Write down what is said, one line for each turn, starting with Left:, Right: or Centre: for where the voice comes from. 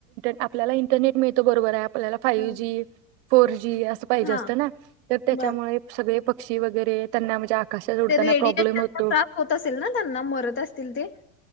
Right: आपल्याला इंटरनेट मिळत बरोबर आहे. आपल्याला फाईवजी.
Left: हा
Right: फोरजी. जी अस पाहीजे
Left: हा
Right: असत ना तर त्याच्यामुळे.
Left: बर
Right: पक्षी वगैरे त्यांना म्हणजे आकाशात उडताना
Left: ते रेडिएशनचा
Right: प्रॉब्लेम होतो
Left: त्रास होत असेल ना त्यांना? मरत असतील ते?